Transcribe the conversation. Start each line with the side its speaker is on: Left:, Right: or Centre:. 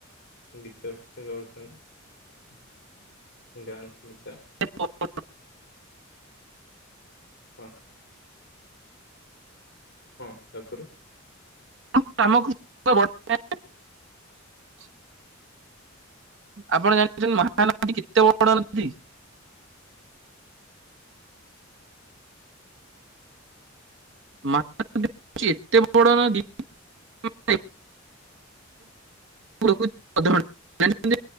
Left: ଗିତ ସେ ଗାଉଛନ୍ତି <unintelligible>
Right: <inaudible>
Left: ହଁ ତ ହୁଁ ତାପରେ?
Right: <inaudible> ଆପଣ ଜାଣିଛନ୍ତି ମହାନଦୀ କେତେ ବଡ ନଦୀ? ମହାନଦୀ ହଉଚି ଏତେବଡ ନଦୀ ମାନେ <inaudible> ରଖଧଘ <inaudible>